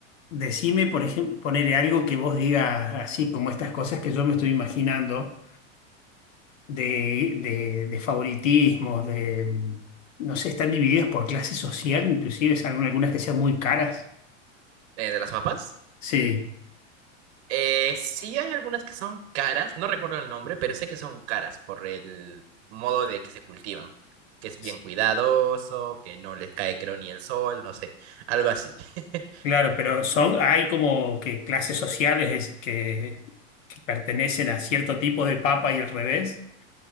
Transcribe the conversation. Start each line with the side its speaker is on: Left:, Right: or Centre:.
Left: decime, por ejemplo, ponele algo que vos digas así, como estas cosas que yo me estoy imaginando. de, de- de favoritismos, de, no sé, están divididas por clase social, inclusive, salen algunas que sean muy caras.
Right: Eh, ¿de las papas?
Left: Sí,
Right: Eh, sí hay algunas que son caras, no recuerdo el nombre, pero sé que son caras por el modo de que se cultivan. Que es bien
Left: s-
Right: cuidadoso, que no les cae creo ni el sol, no sé, algo así. <laughs>
Left: claro, pero son, hay como que clases sociales es- que, que pertenecen a cierto tipo de papa y al revés.